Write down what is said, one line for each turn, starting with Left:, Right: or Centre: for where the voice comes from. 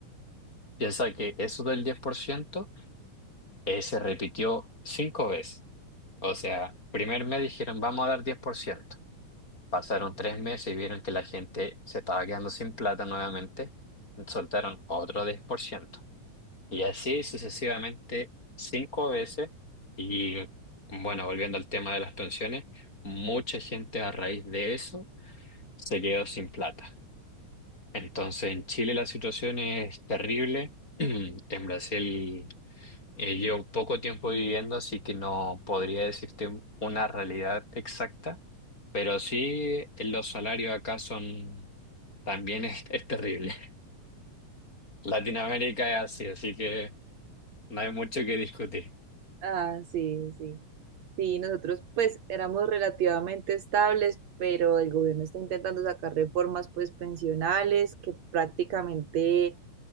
Left: <clears throat> piensa que eso del 10% eh, se repitió cinco veces. O sea, primer mes dijeron, vamos a dar diez por ciento, Pasaron tres meses y vieron que la gente se estaba quedando sin plata nuevamente. Soltaron otro diez por ciento Y así sucesivamente cinco veces. Y bueno, volviendo al tema de las pensiones, mucha gente a raíz de eso se quedó sin plata. Entonces en Chile la situación es terrible. <clears throat> En Brasil eh, llevo poco tiempo viviendo, así que no podría decirte un- una realidad exacta, pero sí eh, los salarios acá son también es, es terrible. <laughs> Latinoamérica es así, así que no hay mucho que discutir.
Right: Ah, Ah, sí, sí. Sí, nosotros pues éramos relativamente estables, pero el gobierno está intentando sacar reformas pues pensionales que prácticamente